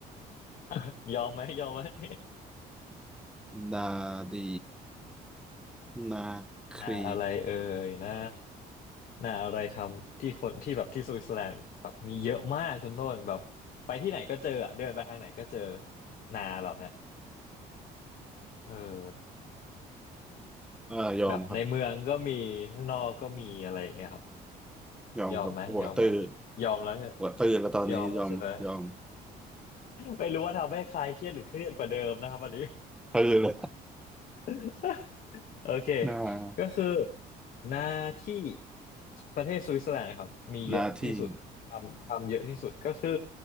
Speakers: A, on the left; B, in the centre.
A: <laughs> ยอมไหมยอมไหม <laughs>
B: นาดีนาครี
A: หน้าอะไรเอ่ยนะหน้าอะไรทำที่คนที่แบบที่สวิตเซอร์แลนด์แบบมีเยอะมากคุณต้นแบบไปที่ไหนก็เจออะเดินไปทางไหนก็เจอนาเราเนี่ยเออ
B: เออยอมครับ
A: แบบในเมืองก็มีข้างนอกก็มีอะไรอย่างเงี้ยครับ
B: ยอมครับหัวตื้อ
A: ยอมไหมยอมไหมยอมแล้วใช่
B: หัวตื้อแล้วตอนนี้ยอมยอม
A: ยอมแล้วใช่ไหม <laughs> ไม่รู้ว่าทำให้ใครเครียดหรือเครียดกว่าเดิมนะครับวันนี้
B: ตื้อเลย
A: <laughs> โอเค
B: หน้า
A: ก็คือหน้าที่ประเทศสวิตเซอร์แลนด์นะครับมีเยอะที่สุดทำทำเยอะที่สุดก็คือ
B: หน้าที่